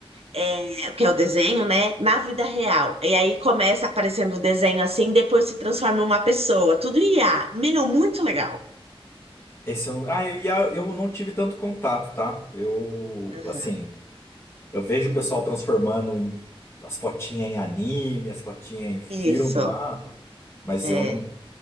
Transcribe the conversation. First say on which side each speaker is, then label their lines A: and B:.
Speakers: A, on the right; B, on the left.
A: é, que é o desenho, né? Na vida real. E aí começa aparecendo o desenho assim, depois se transforma em uma pessoa. Tudo IA. Meu, muito legal.
B: Esse eu, não- ah, eu, e a- eu não tive tanto contato, tá? Eu,
A: Aham.
B: assim, eu vejo o pessoal transformando em- as fotinhas em anime, as fotinhas em filme
A: Isso,
B: lá, mas
A: é.
B: eu não.